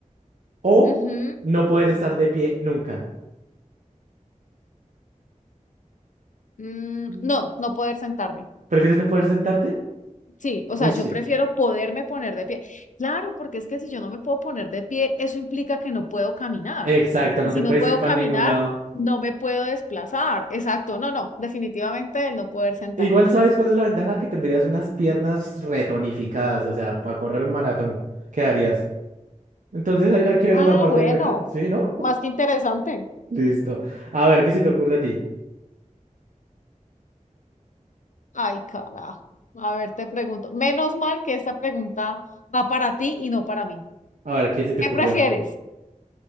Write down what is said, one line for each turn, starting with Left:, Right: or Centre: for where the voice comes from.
Right: o
Left: Ujú.
Right: no poder estar de pie nunca?
Left: Mm,
Right: Mm.
Left: no, no poder sentarme.
Right: ¿Prefieres no poder sentarte?
Left: Sí, o
Right: Uy,
Left: sea,
Right: sí,
Left: yo prefiero poderme poner de pie. Claro, porque es que si yo no me puedo poner de pie, eso implica que no puedo caminar.
Right: exacto,
Left: Y
Right: no
Left: si
Right: te puedes
Left: no puedo
Right: ir para
Left: caminar,
Right: ningún lado.
Left: no me puedo desplazar. Exacto, no, no, definitivamente el no poder sentarme.
Right: Igual sabes cuál es la ventaja que tendrías unas piernas retonificadas, o sea, para correr un maratón, ¿qué harías? Entonces hay, hay que verle
Left: Ah,
Right: la parte
Left: bueno,
Right: buena, ¿sí, no?
Left: más que interesante.
Right: <laughs> Listo. A ver, ¿qué se te ocurre a ti?
Left: Ay, carajo. A ver, te pregunto. Menos mal que esta pregunta va para ti y no para mí.
Right: A ver, ¿qué se te
Left: ¿Qué
Right: ocurrió?
Left: prefieres?